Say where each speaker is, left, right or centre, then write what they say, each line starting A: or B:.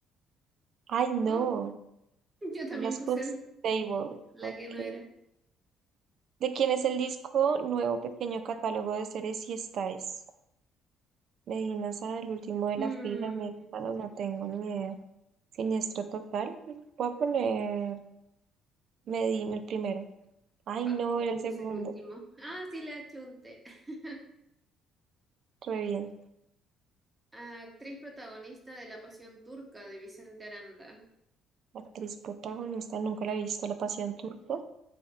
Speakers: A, on the right; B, on the right.
A: Ay, no.
B: Oh, <laughs> yo también
A: Los
B: puse
A: Hoops
B: el-
A: Table.
B: la
A: Ok.
B: que no era.
A: ¿De quién es el disco Nuevo Pequeño Catálogo de Seres y Estares? Medina Sara, el último de
B: Mm,
A: la fila, Me, bueno no tengo ni idea. Siniestro total. Voy a poner Medina el primero. Ay,
B: pa,
A: no,
B: yo
A: era el
B: puse
A: segundo.
B: el último. Ah, sí, le achunté. <laughs>
A: Re bien.
B: Actriz protagonista de La Pasión Turca de Vicente Aranda.
A: Actriz protagonista, nunca la he visto, La Pasión Turco.